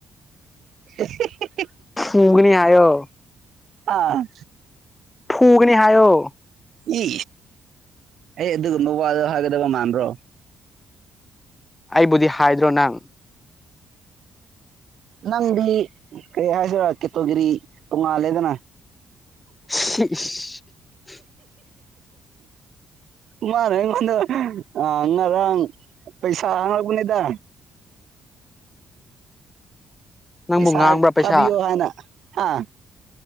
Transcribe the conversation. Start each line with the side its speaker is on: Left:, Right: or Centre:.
Right: <unintelligible>
Left: ꯃꯨꯒꯅꯤ ꯍꯥꯏꯣ
Right: ꯑ
Left: ꯐꯨꯒꯅꯦ ꯍꯥꯏꯣ
Right: ꯏ ꯑꯩ ꯑꯗꯨꯒꯨꯝꯕ ꯋꯥꯗ ꯍꯥꯏꯒꯗꯕ ꯃꯥꯟꯕ꯭ꯔꯣ
Left: ꯑꯩꯕꯨꯗꯤ ꯍꯥꯏꯗ꯭ꯔꯣ ꯅꯪ
Right: ꯅꯪꯗꯤ ꯀꯔꯤ ꯍꯥꯏꯁꯤꯔꯥ ꯀꯦꯇꯣꯒꯤꯔꯤ ꯇꯣꯉꯥꯜꯂꯦꯗꯅ
Left: <unintelligible>
Right: ꯃꯥꯅꯦ ꯑꯩꯉꯣꯟꯗ ꯉꯔꯥꯡ ꯄꯩꯁꯥ ꯍꯥꯡꯉꯛꯄꯅꯦꯗ
Left: ꯅꯪꯕꯨ
Right: ꯄꯩꯁꯥ
Left: ꯉꯥꯡꯕ꯭ꯔꯥ ꯄꯩꯁꯥ
Right: ꯈꯥꯕꯤꯣ ꯍꯥꯏꯅ ꯑꯥ